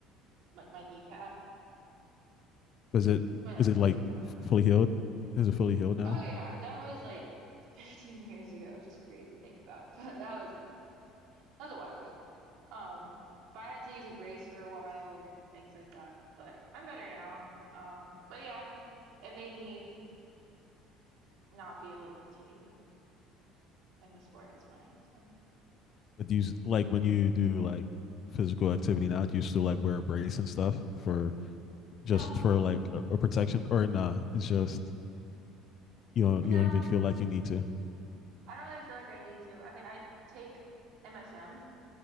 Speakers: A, on the right; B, on the left.
A: like my kneecap.
B: Is it
A: But
B: is it like
A: again, that was better.
B: fully healed? Is it fully healed now?
A: Oh yeah, that was like 15 years ago, which is crazy to think about, <laughs> but that was like 15 years. That was a while ago. Um, but I had to use a brace for a while and things like that. But I'm better now. Um, but yeah, it made me. not be able to continue in the sport I was playing. So
B: But do you s- like when you do like physical activity now? Do you still like wear a brace and stuff for just
A: no,
B: for like a, a protection or nah? It's just you don't
A: no,
B: you don't even feel like you need to.
A: I don't really feel like I need to. I mean, I take MSM,